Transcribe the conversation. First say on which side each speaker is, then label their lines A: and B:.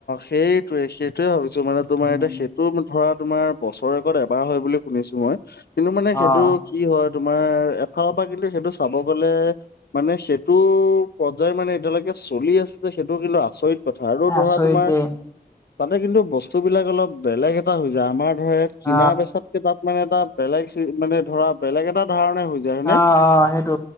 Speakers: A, on the left; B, on the left.
A: সেইটোয়ে সেইটোয়ে ভাবিছো মানে তোমাৰ
B: উম
A: এতিয়া সেইটো ধৰা তোমাৰ বছৰেগত এবাৰ হয় বুলি শুনিছো মই কিন্তু মানে
B: অ
A: সেইটো কি হয়। তোমাৰ এফালৰ পৰা কিন্তু সেইটো চাব গলে মানে সেইটো পৰ্যায় মানে এতিয়ালৈকে চলি আছে যে সেইটো কিন্তু আচৰিত কথা আৰু
B: আচৰিত
A: ধৰা তোমাৰ
B: দেই
A: তাতে কিন্তু বস্তু বিলাক অলপ বেলেগ এটা হৈ যায় আমাৰ ধৰা ইয়াত কিনা
B: অ
A: বেছাতকে তাত মানে এটা বেলেগ মানে ধৰা বেলেগ এটা ধাৰণ যায় হয়নে
B: অ
A: <unintelligible>
B: অ সেইটো